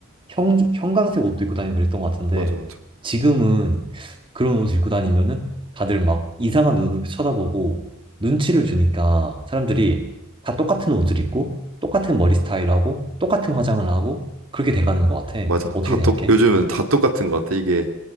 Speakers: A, on the right; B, on the right.
A: 형, 형광색 옷도 입고 다니고 그랬던 것 같은데
B: 맞아 맞아.
A: 지금은 그런 옷을 입고 다니면은 다들 막 이상한 눈으로 쳐다보고 눈치를 주니까 사람들이 다 똑같은 옷을 입고 똑같은 머리 스타일하고 똑같은 화장을 하고 그렇게 돼가는 것 같아.
B: 맞아.
A: 어떻게
B: 다 똑,
A: 생각해?
B: 요즘은 다 똑같은 것 같아. 이게